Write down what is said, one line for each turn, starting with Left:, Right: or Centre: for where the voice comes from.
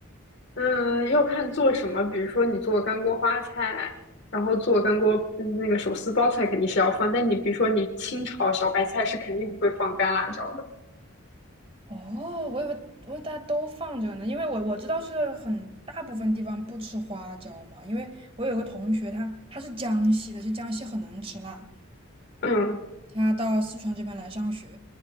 Left: 嗯，要看做什么，比如说你做干锅花菜，然后做干锅嗯那个手撕包菜肯定是要放，但你比如说你清炒小白菜是肯定不会放干辣椒的。
Right: 哦，我以为我以为大家都放这个呢，因为我我知道是很大部分地方不吃花椒嘛，因为我有个同学他他是江西的，就江西很能吃辣，
Left: 嗯
Right: 他到四川这边来上学，